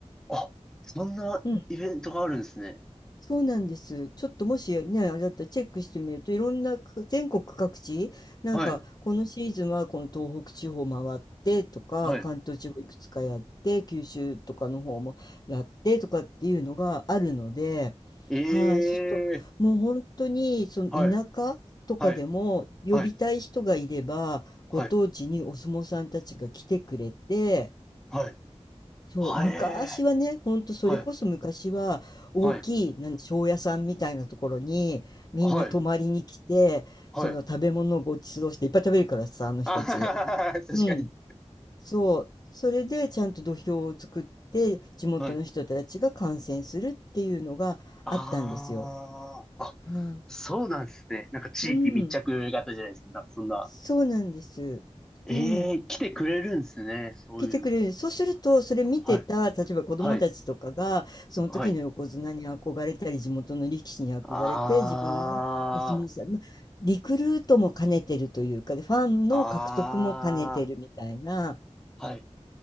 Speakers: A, in the centre; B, on the left.
A: ーあ、そんなイベントがあるんですね。
B: うんそうなんです。ちょっともしね、あれだったらチェックしてみると、いろんなか全国各地、なんかこのシーズンはこの東北地方回ってとか、
A: はい、はい。
B: 関東地方いくつかやって、九州とかの方もやってとかっていうのがあるので、
A: ええ
B: はい、そうするともう本当にその田舎とかでも呼びたい人がいれば、
A: ーはい、はい、はい、
B: ご当地にお相撲さんたちが来てくれて、
A: はい、はい、
B: そう、
A: はい、
B: 昔はね、
A: え
B: ほんとそれこそ昔は大きい、
A: ーはい、はい、
B: なん、庄屋さんみたいなところにみんな泊まりに来て、
A: はい、はい。
B: その食べ物をご馳走していっぱい食べるからさ、あの人たち。
A: あはははは、確かに。
B: うん。そう。それでちゃんと土俵を作って地元の人たちが観戦するっていうのがあったんですよ。
A: はい。ああ、
B: はい
A: そうなんですね。なんか地域密着型じゃないですけど、
B: うん。
A: なんかそんな。
B: そうなんです。
A: ええー来てくれるんですね。
B: うん。
A: そういうの。
B: 聞いてくれる。そうすると、それ見てた、
A: はい、
B: 例えば子供たちとかが、
A: はい、
B: その時の横綱に憧れたり、
A: はい。
B: 地元の力士に憧れて、
A: あ
B: 自分もお相撲さん、ま、リクルートも兼ねてるというか、で、ファンの獲得も兼ねてるみたいな、
A: あ、ああ、はい。